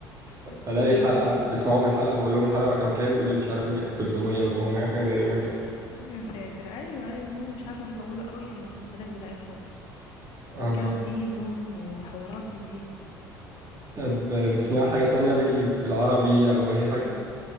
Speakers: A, on the left; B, on the right.
A: <laughs>
B: ألاقي
A: بنبقى
B: الحلقة بيسمعوها في الحلقة بقول لهم الحلقة رقم كام يقول لي مش عارف 300 و400 حاجات غريبة كده
A: يا ساتر ايوه ايوه هم مش عارفه بيطولوا قوي في المسلسلات بتاعتهم
B: آه.
A: وكذا سيزون وحوارات من دي
B: طب بتسمع حاجة تانية ليكي في العربي أو أي حاجة؟